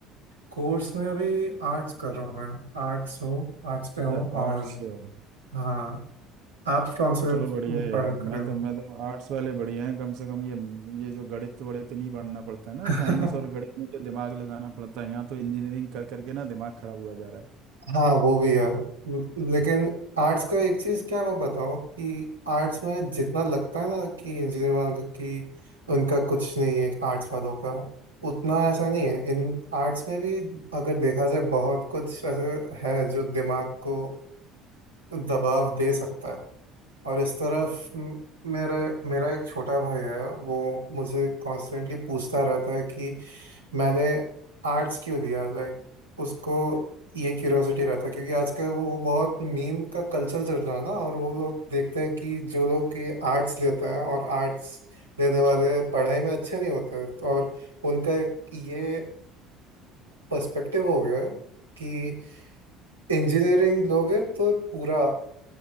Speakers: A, on the right; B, on the right.
A: कोर्स में अभी आर्ट्स कर रहा हूँ मैं आर्ट्स हो आर्ट्स पे हूँ
B: अच्छा
A: और
B: आर्ट्स से हो
A: हाँ आप कौन से
B: चलो बढ़िया है
A: पढ़ाई
B: यार
A: कर
B: मैं
A: रहे हो
B: तो मैं तो आर्ट्स वाले बढ़िया हैं कम से कम ये ये जो गणित वणित नहीं पढ़ना पड़ता है
A: <laughs>
B: ना साइंस और गणित में जो दिमाग लगाना पड़ता है यहाँ तो इंजीनियरिंग कर करके ना दिमाग खराब हुआ जा रहा है
A: हाँ वो भी है ल- लेकिन आर्ट्स का एक चीज़ क्या मैं बताऊँ कि आर्ट्स में जितना लगता है ना कि इंजीनियर वालों को कि उनका कुछ नहीं है आर्ट्स वालों का उतना ऐसा नहीं है इन आर्ट्स में भी अगर देखा जाए बहुत कुछ ऐसे है जो दिमाग को दबाव दे सकता है और इस तरफ म- मेरा मेरा एक छोटा भाई है वो मुझे कॉन्स्टेंटली पूछता रहता है कि मैंने आर्ट्स क्यों लिया लाइक उसको ये क्यूरियोसिटी रहता है क्योंकि आजकल वो बहुत मीम का कल्चर चल रहा है ना और वो लोग देखते हैं कि जो लोग ये आर्ट्स लेते हैं और आर्ट्स लेने वाले पढ़ाई में अच्छे नहीं होते तो और उनका एक ये पर्सपेक्टिव हो गया है कि इंजीनियरिंग लोगे तो पूरा